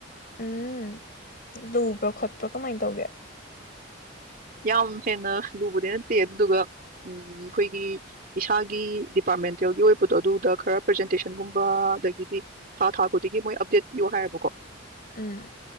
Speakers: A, on the left; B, on the right.
A: ꯎꯝ ꯂꯨꯕ꯭ꯔꯥ ꯈꯣꯠꯄ꯭ꯔꯥ ꯀꯃꯥꯏꯅ ꯇꯧꯒꯦ
B: ꯌꯥꯝ ꯍꯦꯟꯅ ꯂꯨꯕꯗꯤ ꯅꯠꯇꯦ ꯑꯗꯨꯗꯨꯒ ꯑꯩꯈꯣꯏꯒꯤ ꯏꯁꯥꯒꯤ ꯗꯤꯄꯥꯔꯠꯃꯦꯟꯇꯦꯜꯒꯤ ꯑꯣꯏꯕꯗꯣ ꯑꯗꯨꯗ ꯈꯔ ꯄ꯭ꯔꯖꯦꯟꯇꯦꯁꯟꯒꯨꯝꯕ ꯑꯗꯒꯤꯗꯤ ꯊꯥ ꯊꯥ ꯈꯨꯗꯤꯒꯤ ꯃꯣꯏ ꯑꯞꯗꯦꯠ ꯄꯌꯣ ꯍꯥꯏꯌꯦꯕꯀꯣ
A: ꯎꯝ